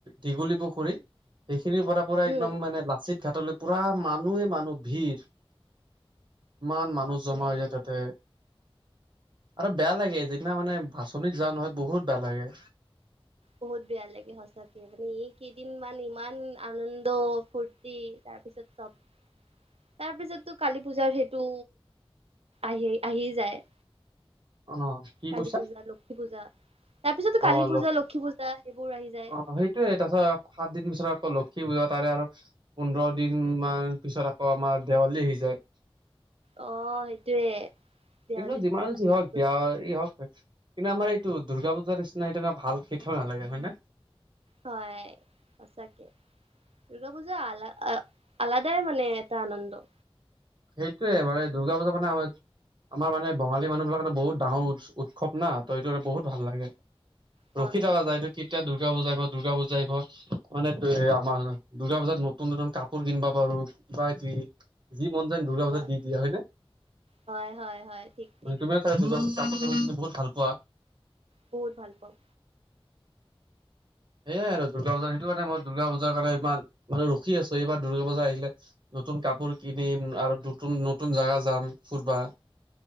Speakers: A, on the right; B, on the right.
A: দীঘুলী পুখুৰী সিন। খিনিৰ পৰা পুৰা
B: হম
A: একদম মানে লাচিত ঘাটলৈ পুৰা মানুহে মানুহ ভিৰ। ইমান
B: বাপৰে
A: মানুহ জমা হৈ যায় তাতে। আৰু বেয়া লাগে যিদিনা মানে বাছনত যাওঁ নহয় বহুত বেয়া লাগে।
B: বহুত বেয়া লাগে সঁচাকে মানে এই কেইদিন মান ইমান আনন্দ ফূুৰ্তি। তাৰপিছত চব। তাৰপিছতো কালী পূজাৰ সেইটো আহি আহি যায়।
A: অহ কি
B: কালী
A: কৈছা।
B: পূজা লক্ষী পূজা তাৰ পিছতো কালী
A: অলপ
B: পূজা লক্ষী পূজা সেইবোৰ আহি যায়
A: অ সেইটোয়ে তাৰছত সাত দিন পিছত আকৌ লক্ষী পূজা তাৰে আৰু পোন্ধৰ দিন মান পিছত আকৌ আমাৰ দেৱালী আহি যায়।
B: অ সেইটোৱে দেৱালী
A: কিন্তু যিমান যি হওক
B: আ
A: দেৱালী হওক কিন্তু আমাৰ এইটো দুৰ্গা পূজাৰ নিচিনা এনেকা ভাল সিঠা নালাগে হয়ে ন।
B: হয় সঁচাকে। দুৰ্গা পূজা আল আলাদাই মানে এটা আনন্দ।
A: সেইটোয়ে মানে দুৰ্গা পূজা মানে আমাৰ আমাৰ মানে বঙালী মানুহ বিলাকেটো বহুত ডাঙৰ উ উৎসৱ না ত এইটো বহুত ভাল লাগে।
B: হয়
A: ৰখি থকা
B: হয়
A: যায় এইটো কেতিয়া দুৰ্গা পূজা দুৰ্গা পূজা মানে আমাৰ দ দুৰ্গা পূজাত নতুন নতুন কাপোৰ কিনবা পাৰো বা যি যি মন যায় দুৰ্গা পূজাত
B: হয়
A: দি দিয়ে হয়নে
B: হয় হয় হয় ঠিক ঠিক
A: মানে তুমি চাগে কাপোৰ লব বহুত ভাল পোৱা।
B: বহুত ভাল পাওঁ।
A: সেয়াই আৰু দুৰ্গা পূজা সেইটো কাৰণে মই দুৰ্গা পূজাৰ কাৰণে ইমান মানে ৰখি আছো এইবাৰ দুৰ্গা পূজা আহিলে নতুন কাপোৰ কিনিম আৰু নতুন নতুন জাগা যাম ফুুৰবা।